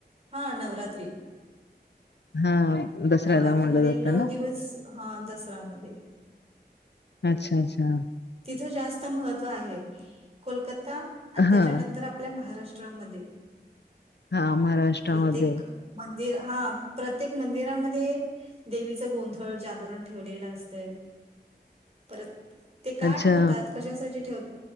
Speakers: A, on the right; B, on the left.
A: हा नवरात्री.
B: हा दसऱ्याला
A: नवरात्री
B: म्हणलं
A: मध्ये
B: जातं
A: नऊ
B: ना.
A: दिवस हा दसरामध्ये
B: अच्छा अच्छा
A: इथ जास्त महत्व आहे. कोलकता आणि
B: हा
A: त्याच्यानं आप महाष्ट्रामधे
B: हा महाराष्ट्रामध्ये
A: प्रत्येक मं हा प्रत्येक मंदिरामध्ये देवीचं गोंधळ जागरण ठेवलेलं असतंय. परत ते का
B: अच्छा
A: ठेवतात कशासाठी ठेव